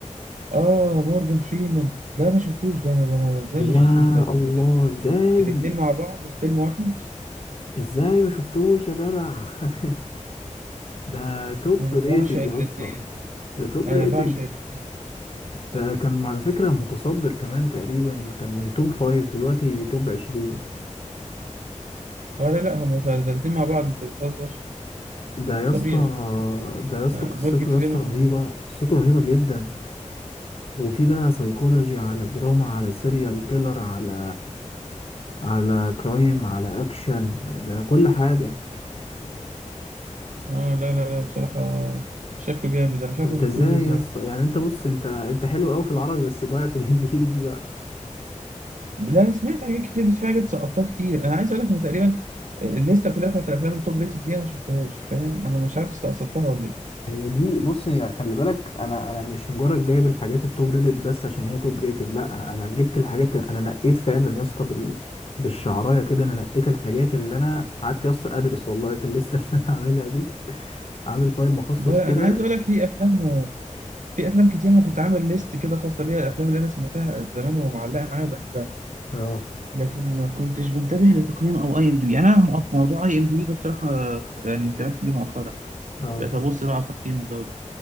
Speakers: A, on the right (about 75°); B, on the left (about 50°).
A: اه مورجان فريمان لا ما شفتوش ده انا ده انا ازاي
B: يا
A: ما شفتوش ده
B: الله ازاي
A: الاتنين مع بعض في فيلم واحد
B: ازاي ما شفتوش يا جدع <laughs> ده توب
A: انا
B: ريتد
A: بعشق
B: يا
A: الاثنين
B: اسطى ده توب
A: انا
B: ريتد
A: بعشق الاثنين
B: ده كان على فكرة متصدر كمان تقريبا كان من توب فايف دلوقتي توب 20
A: ولا لا هم الاثنين مع بعض انت بتهزر
B: ده يا
A: طبيعي
B: اسطى ده يا اسطى
A: آه،
B: قصته
A: مورجان فريمان
B: يا اسطى رهيبة
A: و...
B: قصته رهيبة جدا وفي بقى سايكولوجي على دراما على سيريال كيلر على على كرايم على اكشن ده كل حاجة
A: اه لا لا لا بصراحة شكله جامد انا مش عارف
B: انت
A: ما شفتوش
B: ازاي
A: ده ازاي
B: يا اسطى يعني انت بص انت انت حلو قوي في العربي بس ضايع في <laughs> الانجليزي بقى
A: لا انا سمعت حاجات كتير بس في حاجات سقطتها كتير انا عايز اقول لك ان تقريبا الليسته كلها بتاعت الافلام التوب ريتد دي انا ما شفتهاش فاهم انا مش عارف استقصدتها ولا ايه
B: هي دي بص هي خلي بالك انا انا مش مجرد جايب الحاجات التوب ريتد بس عشان هي توب ريتد لا انا جبت الحاجات انا نقيت فعلا يا اسطى بال بالشعرايه كده انا نقيت الحاجات اللي انا قعدت يا اسطى ادرس والله في الليسته <laughs> اللي انا عاملها دي عامل فايل مخصص
A: لا لا،
B: كده
A: انا عايز اقول لك في افلام في افلام كتير انا كنت عامل ليست كده خاصه بيها الافلام اللي انا سمعتها زمان ومعلقه معايا وبحبها
B: اه
A: لكن ما كنتش منتبه لتقييم او اي ام دي بي يعني انا مو- موضوع اي ام دي بي ده بصراحه يعني انتبهت ليه مؤخرا
B: اه
A: بقيت ابص بقى على التقييم والجو ده